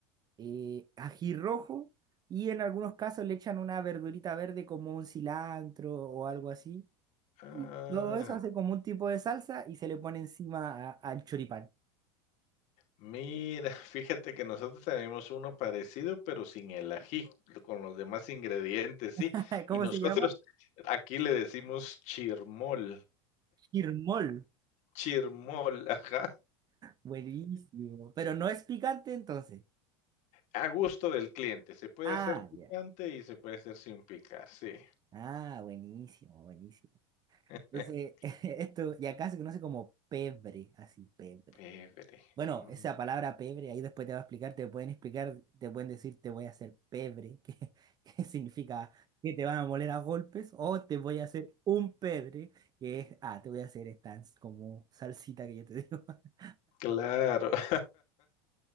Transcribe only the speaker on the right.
eh, ají rojo, y en algunos casos le echan una verdurita verde como un cilantro o algo así.
Y todo eso hace como un tipo de salsa y se le pone encima a- al choripán.
<laughs> ¿Cómo
se llama?
Chirmol.
Buenísimo. Pero no es picante entonces.
Ah,
ya.
Ah, buenísimo, buenísimo.
Entonces, <laughs> esto, y acá se conoce como pebre, así, pebre.
Bueno,
esa palabra pebre, ahí después te va a explicar, te pueden explicar, te pueden decir te voy a hacer pebre, que, <laughs> que significa que te van a moler a golpes, o te voy a hacer un pebre, que es, ah, te voy a hacer esta como salsita que yo te digo. <laughs>